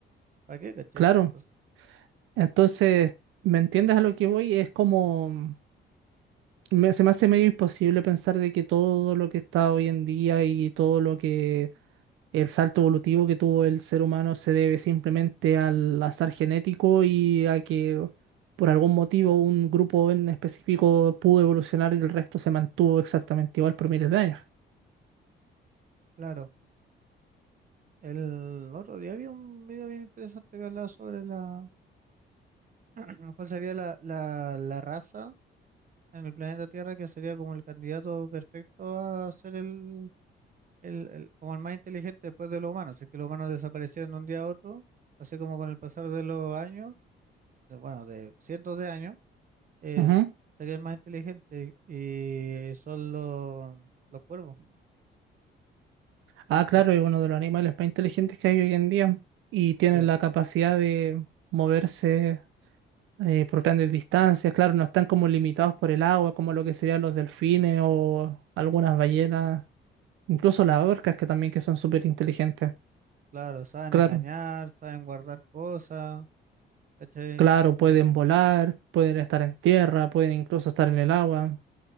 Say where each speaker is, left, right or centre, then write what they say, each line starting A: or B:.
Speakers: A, on the right; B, on the right.
A: ¿para qué, caché?
B: claro.
A: Pues,
B: Entonces, ¿me entiendes a lo que voy? Es como, me- se me hace medio imposible pensar de que todo lo que está hoy en día y todo lo que El salto evolutivo que tuvo el ser humano se debe simplemente al azar genético y a que por algún motivo un grupo en específico pudo evolucionar y el resto se mantuvo exactamente igual por miles de años.
A: claro, el otro día había un video bien interesante que hablaba sobre la, <clears throat> cuál sería la, la, la raza en el planeta Tierra que sería como el candidato perfecto a ser el el, el- como el más inteligente después de los humanos, si es que los humanos desaparecieron de un día a otro, así como con el pasar de los años, de, bueno, de cientos de años, es,
B: Ujú.
A: sería el más inteligente y son los, los cuervos,
B: Ah,
A: ¿no?
B: claro, es uno de los animales más inteligentes que hay hoy en día y tienen
A: Sí,
B: la capacidad de moverse eh, por grandes distancias. Claro, no están como limitados por el agua, como lo que serían los delfines o algunas ballenas, incluso las orcas que también que son súper inteligentes.
A: claro, saben
B: Claro.
A: engañar, saben guardar cosas, ¿cachai?
B: Claro, pueden
A: Eh, sí,
B: volar, pueden estar en tierra, pueden incluso estar en el agua